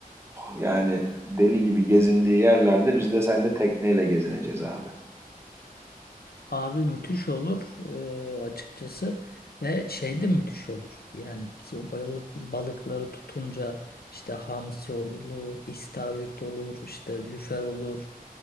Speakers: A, on the right (about 15°); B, on the left (about 85°).
A: yani deli gibi gezindiği yerlerde biz de seninle tekneyle gezineceğiz abi.
B: Abi müthiş olur eee, açıkçası ve şey de müthiş olur. Yani biz o balık, balıkları tutunca işte hamsi olur, istavrit olur, işte lüfer olur,